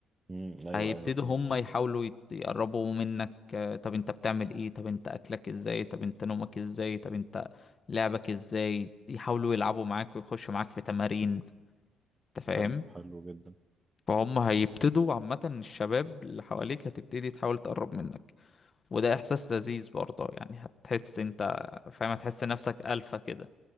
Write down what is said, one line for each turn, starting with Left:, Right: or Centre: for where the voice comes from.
Right: امم أيوه
Left: هيبتدوا
Right: أيوه فهمت
Left: هم يحاولوا يت- يقربوا منك آه، طب انت بتعمل ايه طب انت اكلك ازاي طب انت نومك ازاي طب انت لعبك ازاي يحاولوا يلعبوا معاك ويخشوا معاك في تمارين انت فاهم
Right: حلو حلو جدا
Left: فهم هيبتدوا عامة الشباب اللي حواليك هتبتدي تحاول تقرب منك وده إحساس لذيذ برضه يعني هتحس أنت فاهم هتحس نفسك ألفا كده